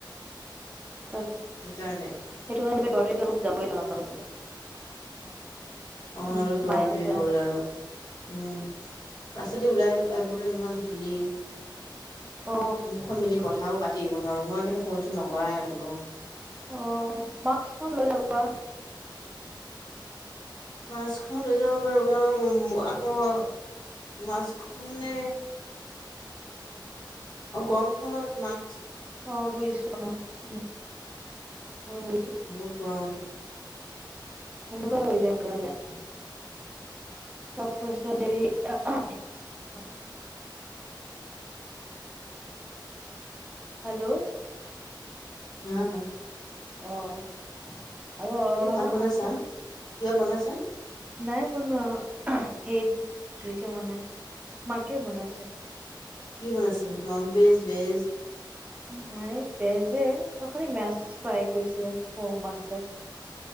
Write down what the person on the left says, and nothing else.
সেই কাৰণে,
অহ ', অলপ দৌৰা
দৌৰি
হ'ল আৰু উম', ৰাস্তাদি ওলাই আহিবলৈ ইমান খুলি।
মুখখন মিলি কথাও। পাতি আহিব নোৱাৰোঁ মই কিন্তু ফোন চোন নকৰাই হ'লো।
মাস্কখন লৈ যাব পাৰো কাৰণ আকৌ মাস্ক খনে গৰমখনত মা
বহুত গৰম।
আহ',
তুমি ভাত
বনাইছা
কিবা বনাইছা
কি বনাইছে? Non veg, veg?